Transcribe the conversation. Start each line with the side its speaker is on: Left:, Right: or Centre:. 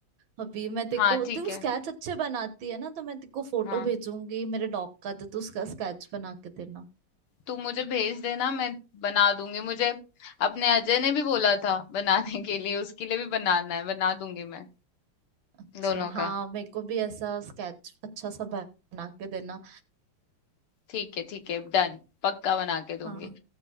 Right: अभी मैं देखो
Left: हाँ ठीक
Right: तू
Left: है
Right: स्केच अच्छे बनाती है ना तो मैं तेको फोटो
Left: हाँ
Right: भेजूंगी मेरे डॉग का तो तू उसका स्केच बना के देना
Left: तू मुझे भेज देना मैं बना दूंगी मुझे अपने अजय ने भी बोला था बनाने के लिए उसके लिए भी बनाना है बना दूंगी मैं
Right: अच्छा
Left: दोनों
Right: हाँ
Left: का
Right: मेरे को भी ऐसा स्केच अच्छा सा बना के देना
Left: ठीक है ठीक है डन पक्का बना के दूंगी
Right: हाँ